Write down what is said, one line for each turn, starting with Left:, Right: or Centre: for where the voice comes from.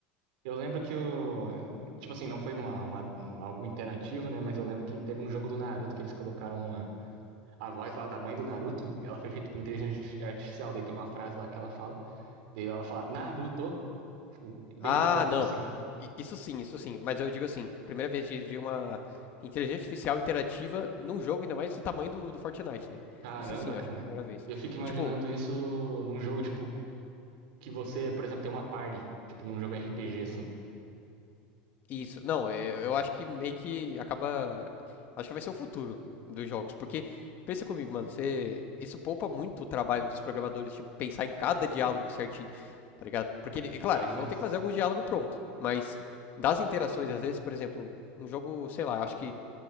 Right: Eu lembro que o. Tipo assim, não foi uma, uma- um- algo interativo, né? Mas eu lembro que teve um jogo do Naruto que eles colocaram a, a voz lá da mãe do Naruto. Ela foi feita por inteligência arti- artificial. Daí tem uma frase lá que ela fala. Daí ela fala, Naruto. Tipo, bem
Left: Ah,
Right: robótico,
Left: não.
Right: assim.
Left: I- Isso sim, isso sim. Mas eu digo assim, primeira vez de, de uma inteligência artificial interativa num jogo, ainda mais do tamanho do, do Fortnite, né?
Right: Caramba,
Left: Isso sim, eu
Right: cara.
Left: acho que é a primeira vez.
Right: Eu fico imaginando
Left: Tipo,
Right: isso num jogo, tipo, que você, por exemplo, tem uma party, tipo, num jogo RPG, assim.
Left: isso. Não, é, eu acho que meio que acaba. Acho que vai ser o futuro dos jogos. Porque, pensa comigo, mano, você, isso poupa muito o trabalho dos programadores de pensar em cada diálogo certinho, tá ligado? Porque, ele- é claro,
Right: Ah,
Left: eles
Right: mas.
Left: vão ter que fazer algum diálogo pronto. Mas das interações, às vezes, por exemplo, um um jogo, sei lá, eu acho que.